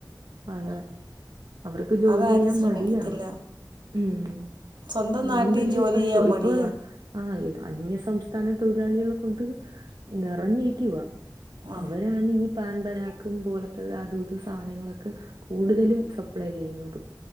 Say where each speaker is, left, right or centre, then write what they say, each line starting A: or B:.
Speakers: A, on the right (about 70°); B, on the right (about 90°).
A: അതെ അവർക്ക് ജോലി
B: അതാരും
A: ചെയ്യാൻ
B: ശ്രമിക്കത്തില്ല.
A: മടിയാണ് ഉം
B: സ്വന്തം
A: അതുകൊണ്ടന്താ
B: നാട്ടിൽ ജോലി
A: ഇപ്പ <unintelligible>
B: ചെയ്യാൻ മടിയാ.
A: ഇപ്പാ ആഹ് ഇത് അന്യ സംസ്ഥാന തൊഴിലാളികളെ കൊണ്ട് നെറഞ്ഞിരിക്കുവാ
B: ആ
A: അവ ആണ് ഈ പാൻ പരാഗും പോലത്തത് അതുതും സാനങ്ങള് ക്കെ കൂടുതലും സപ്ലെ ചെയ്യുന്നതും